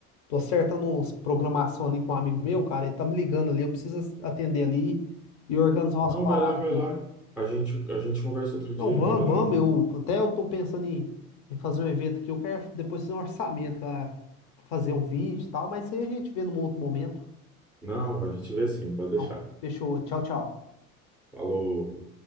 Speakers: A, on the left (about 40°); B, in the centre.
A: tô acertando uns programação ali com um amigo meu, cara. Ele tá me ligando ali. Eu preciso as- atender ali e organizar umas
B: Não,
A: paradas
B: vai lá, vai
A: aqui.
B: lá. A gente, a gente conversa outro dia.
A: Não, vamos,
B: Vai lá.
A: vamos. Eu, até eu tô pensando em, em fazer um evento aqui. Eu quero depois fazer um orçamento, cara, pra fazer um vídeo e tal. Mas isso aí a gente vê num outro momento.
B: Não, a gente vê sim, pode deixar.
A: Não, fechou. Tchau, tchau.
B: Falou.